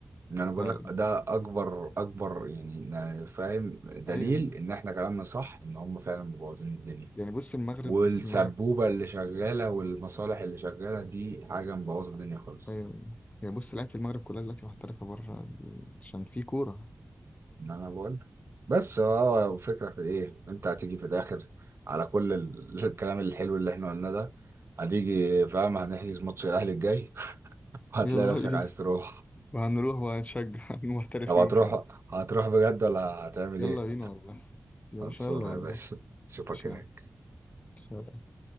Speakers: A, on the right; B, on the left.
A: انا بقول
B: فا
A: لك ده اكبر اكبر يعني فاهم دليل
B: أيوه
A: ان احنا كلامنا صح ان هم فعلا مبوظين الدنيا
B: يعني بص المغرب
A: والسبوبة
B: بص المغرب
A: اللي شغالة والمصالح اللي شغالة دي حاجة مبوظة الدنيا خالص
B: أيوه يعني بص لعيبة المغرب كلها دلوقتي محترفة بره عشان في كورة
A: ان انا بقول بس هو فكرة في ايه انت هتيجي في الاخر على كل ال- <laughs> الكلام الحلو اللي احنا قلناه ده هتيجي فاهم هنحجز ماتش الاهلي الجاي <laughs> وهتلاقي
B: يلا
A: نفسك
B: بينا
A: عايز تروح
B: وهنروح وهنشجع <laughs> المحترفين
A: طب هتروح
B: كمان
A: هتروح بجد ولا هتعمل
B: يلا
A: ايه
B: بينا والله يا
A: خلصانة
B: باشا يلا والله
A: يا باشا اشوفك
B: ماشي
A: هناك
B: يا عم سلام.